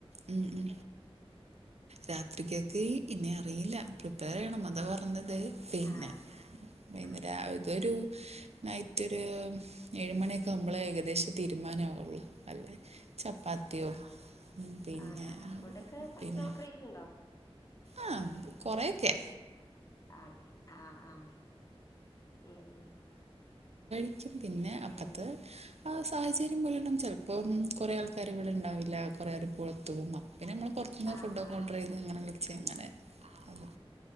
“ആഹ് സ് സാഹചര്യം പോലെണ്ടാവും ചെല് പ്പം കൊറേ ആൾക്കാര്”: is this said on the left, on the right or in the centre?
Right